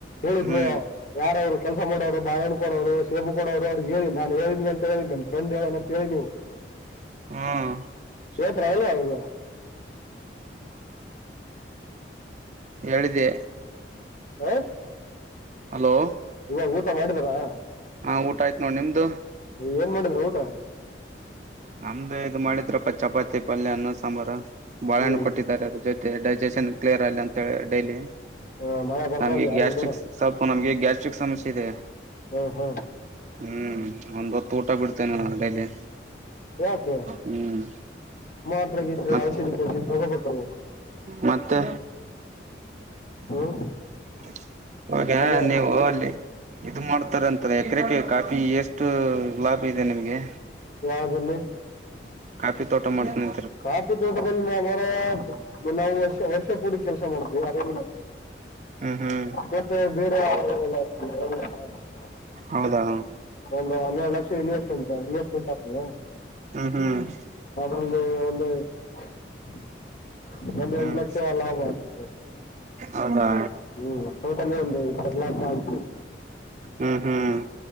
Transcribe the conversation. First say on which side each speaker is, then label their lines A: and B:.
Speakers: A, on the left; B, on the right.
A: ಹೇಳಿದ್ರು
B: ಹ್ಮ್
A: ಯಾರವರು ಕೆಲಸ ಮಾಡೋರು ಬಾಳೆಹಣ್ಣು ಕೊಡೋರು ಸೇಬು ಕೊಡೋರು ಅವ್ರು ಹೇಳಿ ನಾನು ಹೇಳಿದಿ ಅಂತ ಹೇಳಿ ನನ್ನ ಫ್ರೆಂಡ್ ಹೇಳಣ ಅಂತ ಹೇಳಿ ನೀವು ಹ್ಮ
B: ಹ್ಮ
A: ಇವತ್ರಲ್ವಾ <unintelligible>
B: ಹೇಳಿದೆ
A: ಹಾ
B: ಹಲೋ.
A: ಇವಾಗ ಊಟ ಮಾಡಿದಾರಾ.
B: ಹಾ ಊಟ ಆಯ್ತತ್ ನೋಡ್ ನಿಮ್ದು.
A: ಏನ್ ಮಾಡಿದ್ರ ಊಟ.
B: ನಮ್ದ ಇದು ಮಾಡಿದ್ರಪ್ಪ ಚಪಾತಿ ಪಲ್ಯ ಅನ್ನ ಸಾಂಬಾರು ಬಾಳಹಣ್ಣ್
A: ಹ್ಮ್
B: ಕೊಟ್ಟಿದ್ದಾರೆ ಅ ಜೊತೆ ಡೈಜೆಷನ್ ಕ್ಲಿಯರ್ ಅಲ್ಲಿ ಅಂತ ಹೇಳಿ ಡೈಲಿ.
A: ಆ, ಮಳೆ ಬರ್ತಾ
B: ನಮ್ಗೆ
A: ಇದೆ ಯಾರ
B: ಗ್ಯಾಸ್ಟ್ರಿಕ್
A: ಕಡೆ
B: ಸ್ವಲ್ಪ ನಮ್ಗೆ ಗ್ಯಾಸ್ಟ್ರಿಕ್ ಸಮಸ್ಯೆ ಇದೆ.
A: ಹ್ಮ ಹ್ಮ.
B: ಹ್ಮ್ ಒಂದು್ ಹೊತ್ತು ಊಟ ಬಿಡ್ತೇನೆ ಡೈಲಿ
A: ಯಾಕೆ
B: ಹ್ಮ್
A: ಮಾತ್ರೆ ಗೀತ್ರಿ
B: ಮತ್
A: ಔಷಧಿ ಕೊೋಡ್ಸ <unintelligible> ತಗೋಬೇಕಲ್ಮ್ಮ
B: ಮತ್ತೆ
A: ಹ್ಮ್
B: <inaudible> ಅವಾಗ
A: ಅಲ್ಲೇ
B: ನೀವು ಅಲ್ಲಿ ಇದು ಮಾಡ್ತಾರೆ ಅಂತ ಎಕರೆಕ ಕಾಫಿ ಎಷ್ಟು ಲಾಭ ದ ನಿಮಗೆ
A: ಯಾವ ದಲ್ಲಿ
B: ಕಾಫಿ ತೋಟ ಮಾಡ್ತೀನಿ
A: ಕಾಫಿ ತೋಟದಲ್ಲಿ ನ ಮರ <unintelligible> ನಾವು ವರ್ಷ ವರ್ಷ ಪೂಡಿ ಕೆಲ್ಸ ಮಾಡ್ತವಿ ಅದೇ
B: ಹ್ಮ್ ಹ್ಮ್
A: ಹಾತ್ತೆ ಬೇರೆಲ್ಲ <unintelligible>
B: ಹೌದಾ
A: ಒಂದು ಹನ್ನೆರಡು ಲಕ್ಷ ಇನ್ವೆಸ್ಟ್ ಅಂತ ಇನ್ವೆಸ್ಟ್ಮೆಂಟ್ ಆಗ್ತದ
B: ಹ್ಮ್ ಹ್ಮ್
A: ಅಲ್ಲಿ <unintelligible> ಒಂದ್
B: ಹ್ಮ್
A: ಎಂಟು ಲಕ್ಷ ಲಾಭ <unintelligible>
B: ಹೌದಾ
A: ಹ್ಮ್ ಟೋಟಲಿ ಒಂದು ಇಪ್ಪತ್ನಾಲ್ಕು
B: ಹ್ಮ್ ಹ್ಮ್